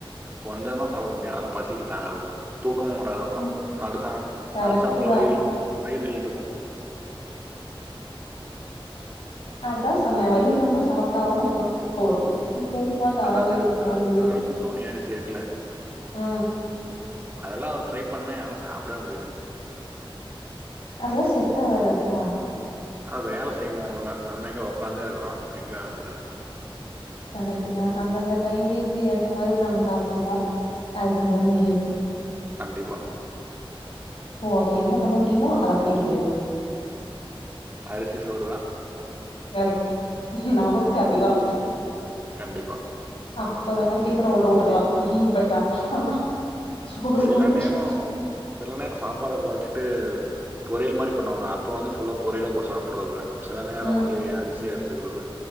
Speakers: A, on the right; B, on the left.
A: கொஞ்ச தா சாப்ட முடியு அதெல்லா பசிக்கி தாங்காதுப்பா தூக்கமு வராது அப்புற
B: ம்
A: நடுசா
B: கரெக்ட்
A: நடுசாாமத்துல
B: தா
A: வயிறு இழுத்துக்கு வயிறு இழுத்துக்கு
B: அதா சொன்னே வயிறு நெம்ப சாப்ட்டா தா நமக்குல்லா தூக்க வரு அந்த
A: அதான்
B: அர வயிறு இருக்கு
A: அந்த கரு
B: காள் வயிறு
A: கருப்பு கவுனி அரிசி இருக்குல்ல
B: ஆ
A: அதெல்லா ட்ரை பண்ணே ஆனா சாப்டவே முடியில
B: அதெல்லா செட் ஆவாதுப்பா
A: அ வேல செய்ணு ஒழுங்கா நாம எங்கே ஒக்காந்தே இருக்குறோ எங்க வேல செய்றோ
B: கரெக்ட்டு தா அந்தந்த டைமிங்க்கு ஏத்த மாரி நாம சாப்பிட்னு அது நம்பளால முடியாது
A: கண்டிப்பா
B: சோ அப்ப என்ன பண்ண முடியுமோ அத பண்ணிட்டு போயிர்னு
A: அரிசி சோறு தா
B: கரெக்ட் நமக்கு அதுதா
A: கண்டிப்பா
B: அப்பப்ப வேணா டிஃபன உள்ள வுட்டுக்குலா பட் அனா சோறு
A: சில
B: தா முக்கியொ
A: நேரம் சில நேர் சாப்பாட கொறச்சிட்டு பொரியல் மாரி பண்ணுவாங்க அப்போ வந்து ஃபுல்லா பொரியலா போட்டு சாப்புட்றது சில நேரோ
B: ம்
A: ஒன்லி அரிசிய எடுத்துக்குறது